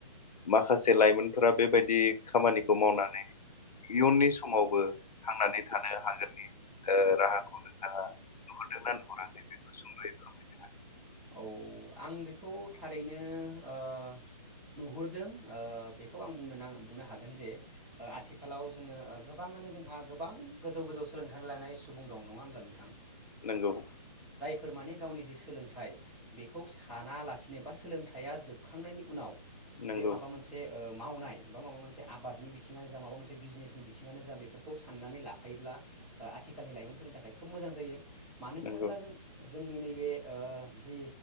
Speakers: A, on the left; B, in the centre.
A: माखासे जे लाइमोनफोरा बेबायदि खामानिखौ मावनानै इयुननि समावबो थांनानै थानो हागोननि ओ राहाखौनो ओ नुहुरदोंना नुहराखै बेखौ सुंदयै फोरमायनो हागोन
B: औ आं बेखौ थारैनो ओ नुहुरदों ओ बेखौ आं बुंनो नां बुंनो हागोन जे आथिखालाव जोंङो गोबाङानो जोंहा गोबां गोजौ गोजौ सोलोंथाइ लानाय सुबुं दं नङा होमब्ला नोंथां
A: नंगौ।
B: फोर माने गावनि जि सोलोंथाइ बेखौ सानालासिनो बा सोलोंथाइया जोबखांनायनि उनाव
A: नंगौ
B: बे माबा मोनसे ओ मावनाय बा माबा मोनसे आबादनि बिथिङानो जा माबा मोनसे बिजनेसनि बिथिङानो जा बेफोरखौ साननानै लाखायोब्ला ओ आथिखालनि लाइमोनफोरनि थाखाय खोब मोजां जायो। मानो होनोब्ला
A: नंगौ
B: जों जोंनि नैबे ओ जि